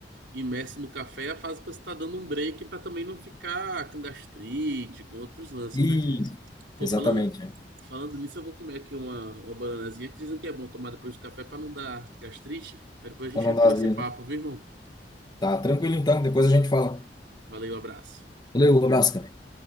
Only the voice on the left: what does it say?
Isso.
Exatamente,
é.
Pra
não
dar azia,
né?
Tá, tranquilo então, depois a gente fala.
Valeu, um abraço, cara.